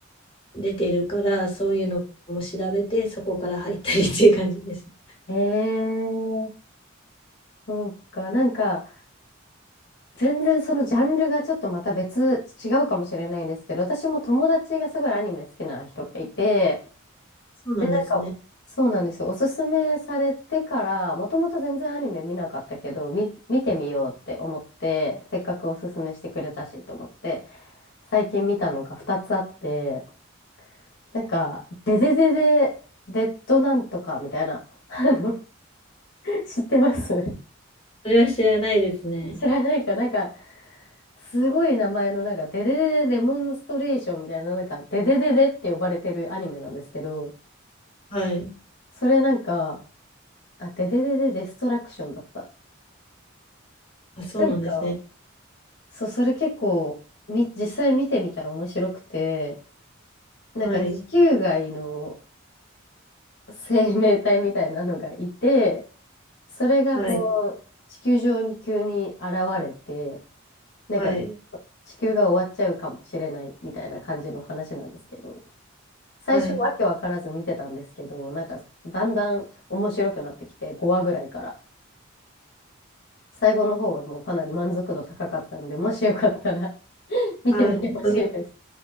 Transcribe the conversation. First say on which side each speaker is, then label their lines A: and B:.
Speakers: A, on the left; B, on the left.
A: 出てるからそういうのも調べてそこから入ったりっていう感じですね。
B: あ。へえ、そうか。なんか、全然そのジャンルがちょっとまた別、違うかもしれないんですけど、私も友達がすごいアニメ好きな人がいて、
A: そうなんですね。
B: で、なんか、そうなんですよ。おすすめされてから、もともと全然アニメ見なかったけど、み、見てみようって思って、せっかくおすすめしてくれたしと思って、最近見たのが2つあって、なんか、デデデデ、デッドなんとかみたいな、<laughs> あの、知ってます
A: それは知らないですね。
B: <laughs> 知らないか、なんか、すごい名前の、なんか、デデデデデモンストレーションみたいな、なんか、デデデデって呼ばれてるアニメなんですけど、
A: はい。
B: それなんか、あ、デデデデデストラクションだった。
A: あ、そうなんですね。
B: なんか、そう、それ結構、み、実際見てみたら面白くて、なんか地球外の
A: はい。
B: 生命体みたいなのがいて、それがこう、
A: はい。
B: 地球上に急に現れて、なんか
A: はい。
B: 地球が終わっちゃうかもしれないみたいな感じの話なんですけど、最初わけわからず見てたんですけど、
A: はい。
B: なんかだんだん面白くなってきて、5話ぐらいから。最後の方はもうかなり満足度高かったんで、もしよかったら <laughs> 見てみてほしいです。
A: あ、ちょっとみ、